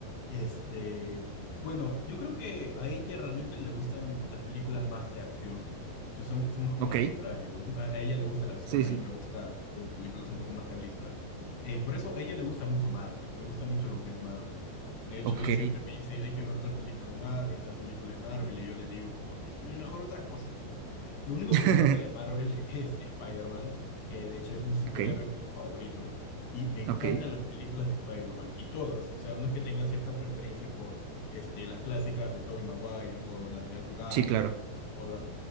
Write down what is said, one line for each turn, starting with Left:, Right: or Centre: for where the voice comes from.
Left: Este, bueno, yo creo que a ella realmente le gustan las películas más de acción. So- som- somos como
Right: Ok,
Left: el contrario. <laughs> A a ella le gusta la acción,
Right: sí,
Left: a
Right: sí.
Left: mí me gusta tipo películas un poco más realistas. Eh, por eso a ella le gusta mucho Marvel, le gusta mucho lo que es Marvel. De hecho,
Right: ok,
Left: ella siempre me dice, hay que ver tal película de Marvel, tal película de Marvel, y yo le digo como que "Mm, mejor otra cosa, ¿no? Lo único
Right: <laughs>
Left: que me gusta de Marvel <laughs> es Spider-Man, que de hecho es mi superhéroe
Right: ok,
Left: favorito. Y me encantan
Right: ok.
Left: las películas de Spider-Man, y todas. O sea, no es que tenga cierta preferencia por este, las clásicas de Tobey Maguire o las de Andrew Garfield.
Right: Sí, claro.
Left: O las,